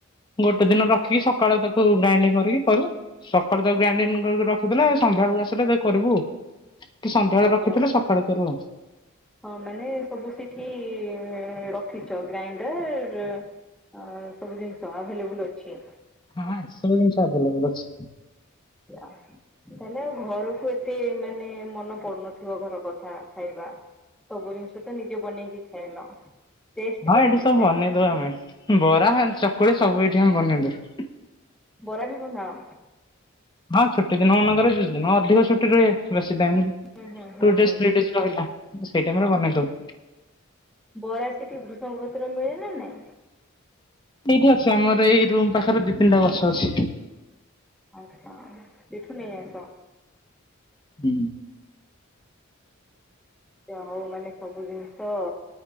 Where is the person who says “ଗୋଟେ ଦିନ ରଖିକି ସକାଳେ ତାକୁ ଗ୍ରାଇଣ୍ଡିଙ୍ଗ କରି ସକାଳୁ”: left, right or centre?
Left